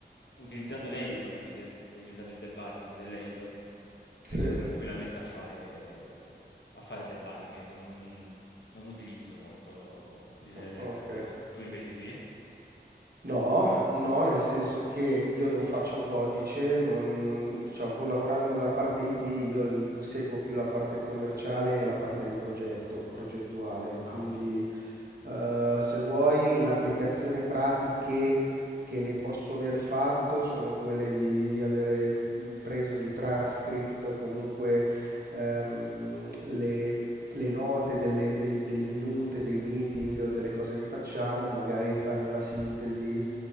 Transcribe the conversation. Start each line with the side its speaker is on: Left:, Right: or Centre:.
Left: utilizzando l'editor, di de- utilizzando il debugging dell'editor, riesco
Right: Sì?
Left: tranquillamente a fare, a fare debugging. Ecco, non, non utilizzo molto l'LLM
Right: O- Ok.
Left: per questo. Tu invece sì?
Right: No, no, nel senso che io non faccio codice, non, diciamo, pur lavorando nella parte IT, io l- seguo più la parte commerciale e la parte di progetto, progettuale.
Left: Ah,
Right: Quindi
Left: okay.
Right: Eh, se vuoi, l'applicazione pratiche che ne posso aver fatto sono quelle di avere mh, preso gli transcript o comunque ehm, le, le note delle, dei- delle minute, dei meeting o delle cose che facciamo, magari farne una sintesi